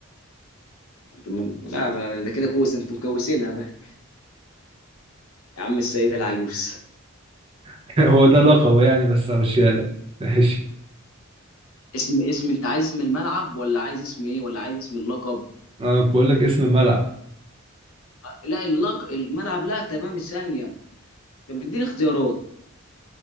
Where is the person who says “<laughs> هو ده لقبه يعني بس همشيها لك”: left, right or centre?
Right